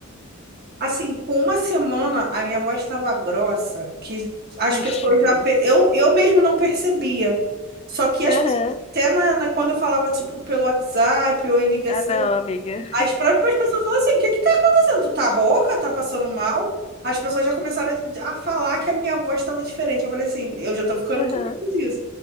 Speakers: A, on the right (about 45°); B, on the left (about 25°).
A: Assim, com uma semana a minha voz estava grossa, que as pessoas
B: Ixi, Maria.
A: já. pe- Eu, eu mesmo não percebia. Só que as
B: Aham.
A: pessoas, até na, na- quando eu falava, tipo, pelo WhatsApp ou em ligação
B: Ah, não, amiga.
A: As próprias pessoas falam assim: o que que tá acontecendo? Tu tá rouca? Tá passando mal? As pessoas já começaram a a falar que a minha voz estava diferente. Eu falei assim: eu já tô ficando
B: Aham.
A: com medo disso.